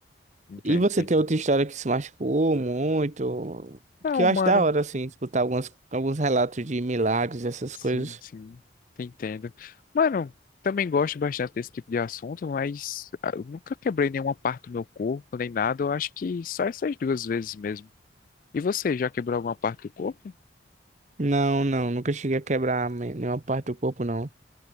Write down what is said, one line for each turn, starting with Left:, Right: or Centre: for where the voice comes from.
Left: Entendo,
Right: E você
Left: tô entendendo.
Right: tem outra história que se machucou muito?
Left: Não,
Right: Que eu
Left: mano,
Right: acho da hora, assim, escutar algumas, alguns relatos de milagres, essas
Left: Sim,
Right: coisas.
Left: sim, entendo. Mano, também gosto bastante desse tipo de assunto, mas ah, eu nunca quebrei nenhuma parte do meu corpo, nem nada. Eu acho que só essas duas vezes mesmo. E você, já quebrou alguma parte do corpo?
Right: Não, não, nunca cheguei a quebrar me- nenhuma parte do corpo, não.